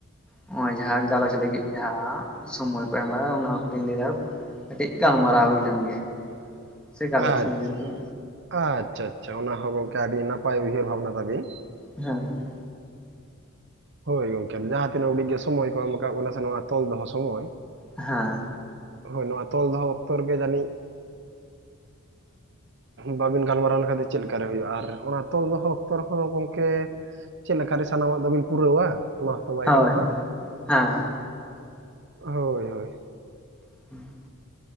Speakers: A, in the centre; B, on the right (about 55°).
A: ᱱᱚᱜ ᱚᱭ ᱡᱟᱦᱟᱸ ᱜᱟᱞᱚᱪ ᱞᱟᱹᱜᱤᱫ ᱡᱟᱦᱟᱸ ᱥᱚᱢᱚᱭ ᱠᱚ ᱮᱢᱫᱟ ᱚᱱᱟ ᱠᱚᱞᱤᱧ ᱞᱟᱹᱭᱟ, ᱠᱟᱹᱴᱤᱡ ᱜᱟᱞᱢᱟᱨᱟᱣ ᱦᱩᱭ ᱞᱮᱱ ᱜᱮ, ᱥᱮ ᱜᱟᱞᱚᱪ
B: ᱟᱪᱪᱷᱟ
A: ᱦᱩᱭ ᱞᱮᱱ ᱜᱮ
B: ᱟᱪᱪᱷᱟ ᱟᱪᱪᱷᱟ ᱚᱱᱟ ᱦᱚᱸ ᱜᱚᱝᱠᱮ ᱟᱹᱰᱤ ᱱᱟᱯᱟᱭ ᱩᱭᱦᱟᱹᱨ ᱵᱷᱟᱵᱱᱟ ᱛᱟᱵᱤᱱ,
A: ᱦᱮᱸ ᱦᱮᱸ,
B: ᱦᱳᱭ ᱜᱚᱢᱠᱮ ᱡᱟᱦᱟᱸ ᱛᱤᱱᱟᱹᱜ ᱩᱰᱤᱜ ᱜᱮ ᱥᱚᱢᱚᱭ ᱠᱚ ᱮᱢ ᱟᱠᱟᱜ ᱵᱚᱱᱟ ᱥᱮ ᱛᱚᱞ ᱫᱚᱦᱚ ᱥᱚᱢᱚᱭ
A: ᱦᱮᱸ,
B: ᱦᱳᱭ ᱱᱚᱣᱟ ᱛᱚᱞ ᱫᱚᱦᱚ ᱚᱠᱛᱚ ᱨᱮᱜᱮ ᱡᱟᱹᱱᱤᱡ ᱵᱟᱵᱤᱱ ᱜᱟᱞᱢᱟᱨᱟᱣ ᱞᱮᱠᱷᱟᱡ ᱫᱚ ᱪᱮᱫ ᱞᱮᱠᱟᱨᱮ ᱦᱩᱭᱩᱜᱼᱟ, ᱟᱨ ᱚᱱᱟ ᱛᱚᱞ ᱫᱚᱦᱚ ᱚᱠᱛᱚ ᱨᱮᱦᱚᱸ ᱜᱚᱝᱠᱮ ᱪᱮᱫ ᱞᱮᱠᱟᱨᱮ ᱥᱟᱱᱟᱢᱟᱜ ᱫᱚ ᱵᱤᱱ ᱯᱩᱨᱟᱹᱣᱟ, ᱚᱱᱟ ᱦᱚᱛᱚ ᱵᱟᱭ
A: ᱦᱳᱭ
B: ᱜᱟᱱᱚᱜᱼᱟ,
A: ᱦᱳᱭ ᱦᱮᱸ
B: ᱦᱳᱭ ᱦᱳᱭ,
A: <inaudible>